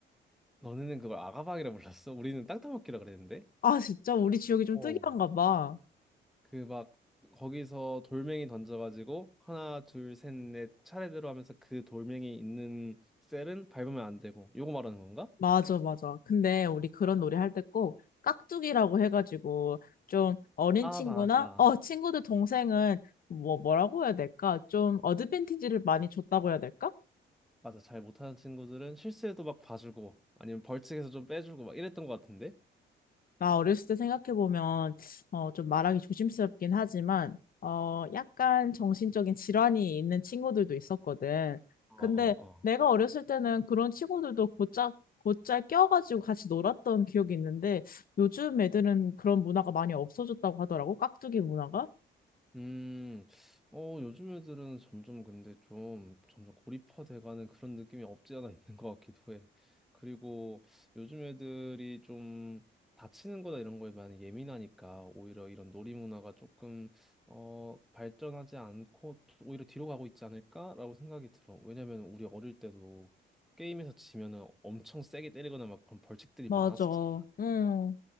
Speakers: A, in the centre; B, on the left.
A: 너네는 그걸 아가방이라 불렀어? 우리는 땅따먹기라 그랬는데?
B: 아, 진짜 우리 지역이 좀
A: 어.
B: 특이한가 봐.
A: 그 막 거기서 돌멩이 던져가지고 하나 둘 셋 넷 차례대로 하면서 그 돌멩이 있는 셀은 밟으면 안 되고 요거 말하는 건가?
B: 맞아, 맞아. 근데 우리 그런 놀이 할 때 꼭 깍두기라고 해가지고 좀 어린
A: 아
B: 친구나
A: 맞아
B: 어 친구들 동생은 뭐 뭐라고 해야 될까? 좀 어드밴티지를 많이 줬다고 해야 될까?
A: 맞아 잘 못하는 친구들은 실수해도 막 봐주고 아니면 벌칙에서 좀 빼주고 막 이랬던 것 같은데
B: 나 어렸을 때 생각해보면, 어, 좀 말하기 조심스럽긴 하지만, 어, 약간 정신적인 질환이 있는 친구들도 있었거든.
A: 어어어
B: 근데 내가 어렸을 때는 그런 친구들도 곧잘, 곧잘 껴가지고 같이 놀았던 기억이 있는데, 요즘 애들은 그런 문화가 많이 없어졌다고 하더라고, 깍두기 문화가.
A: 음, 어, 요즘 애들은 점점 근데 좀 점점 고립화돼가는 그런 느낌이 없지 않아 있는 것 같기도 해. 그리고 요즘 애들이 좀 다치는 거나 이런 거에 많이 예민하니까 오히려 이런 놀이 문화가 조금 어, 발전하지 않고 오히려 뒤로 가고 있지 않을까라고 생각이 들어. 왜냐면 우리 어릴 때도 게임에서 지면은 엄청 세게 때리거나 막 그런 벌칙들이
B: 맞아.
A: 많았었잖아.
B: 응.